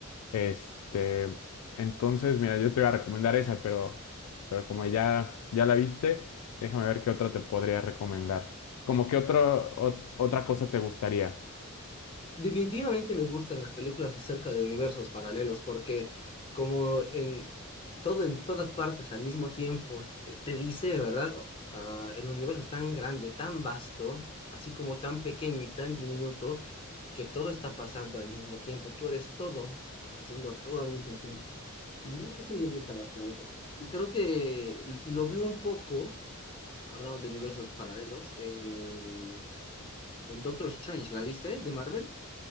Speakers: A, on the left (about 75°); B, on the left (about 25°).
A: Este, entonces, mira, yo te iba a recomendar esa, pero, pero como ya, ya la viste, déjame ver qué otra te podría recomendar. Como qué otro, ot- otra cosa te gustaría.
B: Definitivamente me gustan las películas acerca de universos paralelos porque como en todo en todas partes al mismo tiempo te, te dice, ¿verdad? Ah, el universo es tan grande, tan vasto, así como tan pequeño y tan diminuto que todo está pasando al mismo tiempo. Tú eres todo, haciendo todo al mismo tiempo. La verdad que sí me gusta bastante. Y creo que lo vi un poco, hablando de universos paralelos, en, en Doctor Strange, ¿la viste? De Marvel.